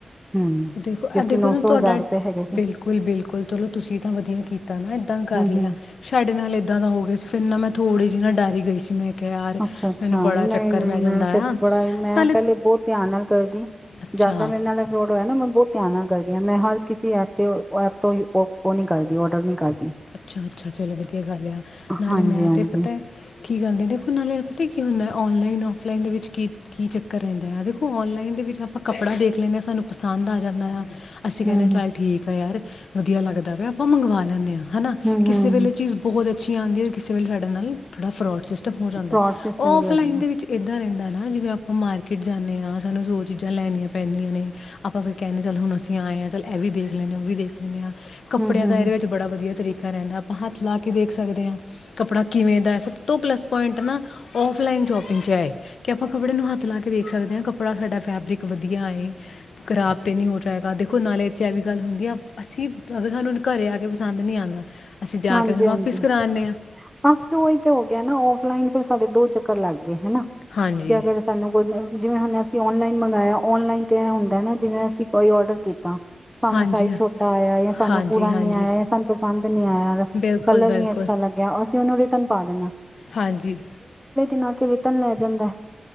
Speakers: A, in the centre; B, on the left.
A: ਹਮ,
B: ਦੇਖੋ ਦੇਖੋ
A: ਕਿਉਂਕਿ ਨੌ
B: ਨਾ
A: ਸੌ
B: ਤੁਹਾਡਾ
A: ਹਜ਼ਾਰ ਰੁਪਏ ਹੈਗੇ ਸੀ
B: ਬਿਲਕੁਲ ਬਿਲਕੁਲ ਚਲੋ, ਤੁਸੀਂ ਤਾਂ ਵਧੀਆ ਕੀਤਾ, ਨਾ ਏਦਾਂ ਕਰ
A: ਹਮ
B: ਲਿਆ,
A: ਹਮ
B: ਸਾਡੇ ਨਾਲ ਏਦਾਂ ਦਾ ਹੋ ਗਿਆ ਕਿੰਨਾ ਮੈਂ ਥੋੜੀ ਜਿ ਨਾ ਡਰ ਗਈ ਸੀ, ਮੈਂ ਯਾਰ।
A: ਅੱਛਾ ਅੱਛਾ
B: ਮੈਨੂੰ ਬੜਾ
A: ਨਹੀਂ
B: ਚੱਕਰ
A: ਨਹੀਂ,
B: ਪੈ
A: ਮੈਂ
B: ਜਾਂਦਾ
A: ਤੇ
B: ਆ
A: ਬੜਾ ਹੀ, ਮੈਂ
B: ਨਾਲੇ
A: ਪਹਿਲੇ ਬਹੁਤ ਧਿਆਨ ਨਾਲ ਕਰਦੀ।
B: ਅੱਛਾ
A: ਜਿਆਦਾ ਮੇਰੇ ਨਾਲ ਫਰੋਟ ਨਾ ਮੈਂ ਬਹੁਤ ਧਿਆਨ ਨਾਲ ਕਰਦੀ ਹਾਂ, ਮੈਂ ਹਰ ਕਿਸੇ ਐਪ ਤੇ ਐਪ ਤੋਂ ਉਹ ਨੀ ਕਰਦੀ ਔਡਰ ਨੀ ਕਰਦੀ।
B: ਅੱਛਾ ਅੱਛਾ ਚਲੋ ਵਧੀਆ। ਲਿਆ ਨਾਲੇ
A: ਹਾਂਜੀ
B: ਮੈਂ
A: ਹਾਂਜੀ
B: ਤੇ ਪਤਾ, ਕੀ ਕਰਦੇ ਦੇਖੋ ਨਾਲੇ ਅਤੇ ਕੀ ਹੁੰਦਾ, ਔਨਲਾਈਨ ਔਫਲਾਈਨ ਦੇ ਵਿੱਚ ਕੀ ਕੀ ਚੱਕਰ ਰਹਿੰਦਾ ਆ, ਦੇਖੋ ਔਨਲਾਈਨ ਦੇ ਵਿੱਚ ਆਪਾਂ ਕੱਪੜਾ ਦੇਖ ਲੈਂਦੇ ਹਾਂ। ਸਾਨੂੰ ਪਸੰਦ ਆ ਜਾਂਦਾ ਆ। ਅਸੀਂ ਕਹਿਣਾ
A: ਹੂੰ-ਹੂੰ,
B: ਚੱਲ ਠੀਕ ਆ ਯਾਰ ਵਧੀਆ ਲੱਗਦਾ ਵੀ ਆਪਾਂ ਮੰਗਵਾ ਲੈਂਦੇ ਹਾਂ।
A: ਹੂੰ-ਹੂੰ-ਹੂੰ।
B: ਕਿਸੇ ਵੇਲੇ ਚੀਜ਼ ਬਹੁਤ ਅੱਚੀ ਆਂਦੀ, ਕਿਸੇ ਵੇਲੇ ਸਾਡੇ ਨਾਲ ਥੋੜਾ ਫਰੋਡਟ ਹੋ ਜਾਂਦਾ
A: ਫਰੋਡ ਸਿਸਟਮ
B: ਔਫਲਾਈਨ
A: ਵੀ ਹੋ ਜਾਂਦਾ।
B: ਦੇ ਵਿੱਚ ਇਏਦਾਂ ਰਹਿੰਦਾ ਹੈ ਜਿਵੇਂ ਆਪਾਂ ਮਾਰਕੀਟ ਜਾਂਦੇ ਹਾਂ, ਸਾਨੂੰ ਸੋ ਚੀਜ਼ਾਂ ਲੈਣੀਆਂ ਪੈਂਣਦੀਆਂ ਨੇ ਆਪਾਂ ਫਿਰ ਕਹਿੰਦੇ ਹ, ਚੱਲ ਹੁਣ ਅਸੀਂ ਆਏ ਹਾਂ, ਚੱਲ ਇਹ ਵੀ ਦੇਖ ਲੈਂਦੇ ਹਾਂ ਉਹ ਵੀ ਦੇਖ ਲੈਂਦੇ ਹਾਂ। ਕੱਪੜਿਆਂ
A: ਹੂੰ-ਹੂੰ-ਹੂੰ,
B: ਦਾ ਇਹਦੇ ਵਿੱਚ ਬੜਾ ਵਧੀਆ ਤਰੀਕਾ। ਰਹਿੰਦਾ, ਆਪਾਂ ਹੱਥ ਲਾ ਕੇ ਦੇਖ ਸਕਦੇ ਹਾਂ, ਕੱਪੜਾ ਕਿਵੇਂ ਦਾ ਸਭ ਤੋਂ ਪਲੱਸ ਪੁਆਇੰਟ ਨਾ ਔਫਲਾਈਨ ਸ਼ੋਪਿੰਗ 'ਚ ਹੈਏ ਕਿ ਆਪਾਂ ਕੱਪੜੇ ਨੂੰ ਹੱਥ ਲਾ ਕੇ ਦੇਖ ਸਕਦੇ ਹਾਂ, ਕੱਪੜਾ ਸਾਡਾ ਫੈਬਰਿਕ ਵਧੀਆ ਏ ਖਰਾਬ ਤਾਂਤੇ ਨਹੀਂ ਹੋ ਜਾਏਗਾ ਦੇਖੋ, ਨਾਲੇ 'ਚ ਐ ਵੀ ਗੱਲ ਹੁੰਦੀ, ਆ ਅਸੀਂ ਅਗਰ ਸਾਨੂੰ ਘਰ ਆ ਕੇ ਪਸੰਦ ਨਹੀਂ ਆਉਂਦਾ। ਅਸੀਂ ਜਾ
A: ਹਾਂਜੀ
B: ਕੇ ਉਹਨੂੰ ਵਾਪਿਸ
A: ਹਾਂਜੀ
B: ਕਰਾਉਂਦੇ ਹਾਂ
A: ਹਾਂ, ਫਿਰ ਉਹੀ ਤੇ ਹੋ ਗਿਆ, ਨਾ ਫਲਾਈਨ ਫਿਰ ਸਾਡੇ ਦੋ ਚੱਕਰ ਲੱਗ ਗੇ। ਹਨਾ
B: ਹਾਂਜੀ
A: ਕਿ ਅਗਰ ਸਾਨੂੰ ਜਿਵੇਂ ਹੁ ਅਸੀਂ ਆਨਲਾਈਨ ਮੰ ਔਨਲਾਈਨ ਤੇ ਹੁੰਦਾ ਨਾ ਜਿਵੇਂ ਅਸੀਂ ਕੋਈ ਔਡਰ ਕੀਤ ਸਾਨੂੰ
B: ਹਾਂਜੀ
A: ਸਾਈਜ਼ ਛੋਟਾ ਆਇਆ ਜਾਂ ਸਾਨੂੰ
B: ਹਾਂਜੀ
A: ਪੂਰਾ
B: ਹਾਂਜੀ
A: ਨੀ ਆਇਆ ਸਾਨੂੰ ਪਸੰਦ ਨੀ ਆਇਆ।
B: ਬਿਲਕੁਲ
A: ਕਲਰ
B: ਬਿਲਕੁਲ
A: ਨੀ ਅੱਛਾ ਲੱਗਿਆ ਅਸੀਂ ਉਹਨੂੰ ਰਿਟਰਨ ਪਾ ਦਿਨੇ ਆ
B: ਹਾਂਜੀ
A: ਨਾ ਕੇ ਰਿਟਰਨ ਲੈ ਜਾਂਦਾ